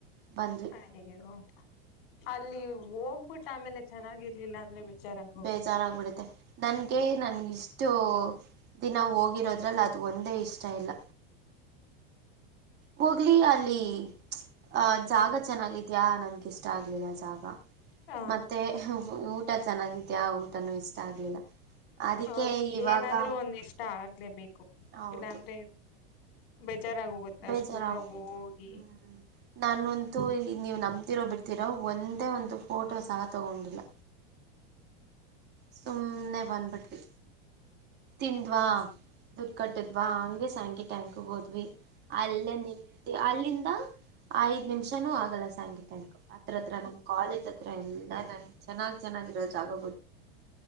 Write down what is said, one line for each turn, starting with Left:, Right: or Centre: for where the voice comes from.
Right: ಬಂದ್ವಿ
Left: ಅಯ್ಯೋ ಅಲ್ಲಿ ಹೋಗ್ಬಿಟ್ಟ ಆಮೇಲೆ ಚೆನ್ನಾಗಿರ್ಲಿಲ್ಲ ಅಂದ್ರೆ ಬೇಜಾರಾಗಿ ಹೋಗುತ್ತೆ
Right: ಬೇಜಾರಾಗಬಿಡುತ್ತೆ ನನ್ಗೆ ನನ್ ಇಷ್ಟು ದಿನ ಹೋಗಿದ ಇರೋದ್ರಲ್ಲಿ ಅದು ಒಂದೇ ಇಷ್ಟ ಇಲ್ಲ ಹೋಗ್ಲಿ ಅಲ್ಲಿ ಅಹ ಜಾಗ ಚೆನ್ನಾಗಿದ್ಯಾ ನನ್ಗೆಿಷ್ಟ ಆಗ್ಲಿಲ್ಲ ಜಾಗ
Left: ಹ
Right: ಮತ್ತೆ ಊಟ ಚೆನ್ನಾಗಿದ್ಯಾ ಊಟನುೂ ಇಷ್ಟ ಆಗ್ಲಿಲ್ಲ ಅದಕ್ಕೆ
Left: ಹೌದು
Right: ಇವಾಗ
Left: ಏನಾದ್ರೂ ಒಂದ್ ಇಷ್ಟ ಆಗ್ಲೇಬೇಕು
Right: ಹೌದು
Left: ಇಲ್ಲಾಂದ್ರೆ ಬೇಜಾರಾಗ ಹೋಗುತ್ತೆ
Right: ಬೇಜಾರಾಗೋಗುತ್ತೆ
Left: ಅಷ್ಟು ದೂರ ಹೋಗಿ
Right: ಹ್ಮ ನಾನಂತೂ ನೀವು್ ನಮ್ದ ಇತಿರೋ ಬಿಡ್ತಿರೋ ಒಂದೇ ಒಂದು ಫೋಟೋ ಸಹ ತಗೊಂಡಿಲ್ಲ ಸುಮ್ಮ್ನೆ ಬನ್ಬಟ್ಟಿ ತಿನ್ವಾ ದುಡ್ ಕಟ್ಟಿದ್ವಾ ಹಂಗೆ ಸಕಿ ಟ್ಯಾಂಕ್ ಹೋದ್ವಿ ಅಲ್ಲೇ ನಿಂತ ಅಲ್ಲಿಂದ ಐದ್ ನಿಮಿಷನುೂ ಆಗಲ್ಲ ಸಾಯಂಕ ತಂಕು ಹತ್ರ ಹತ್ರ ನಮ್ ಕಾಲೇಜ್ ಹತ್ರ ಎಲ್ಲಾ ನ ಚೆನ್ನಾಗ್ ಚೆನ್ನಾಗಿರೋದು ಆಗ